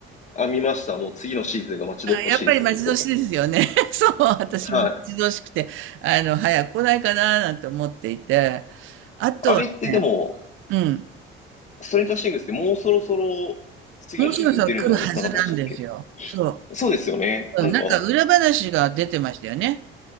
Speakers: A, on the left; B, on the right.
A: あ、見ました。もう次のシーズンが待ち遠しいです、
B: あ、やっぱり待ち遠しいですよね。
A: 本当。
B: <laughs> そう、私も待ち遠しくて、
A: はい。
B: あの、早く来ないかななんて思っていて。あとはね、
A: あれってでも、
B: うん、
A: ストレンジャーシングスってもうそろそろ次のシーズン出るんじゃなかったでしたっけ
B: もうそろそろ来るはずなんですよ。そ
A: そうですよね。
B: う。
A: なんか、
B: うん、なんか裏話が出てましたよね。